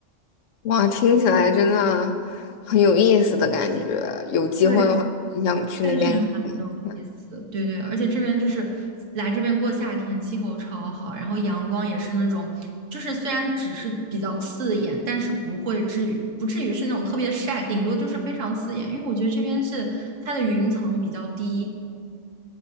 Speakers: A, on the left (about 80°); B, on the right (about 80°).
A: 哇，听起来真的很有意思的感觉。有机会的话，
B: 对，
A: 很想去那边看一看。
B: 但是。有意思，对对，而且这边就是来这边过夏天，气候超好，然后阳光也是那种，就是虽然只是比较刺眼，但是不会至于不至于是那种特别晒，顶多就是非常刺眼，因为我觉得这边是它的云层比较低，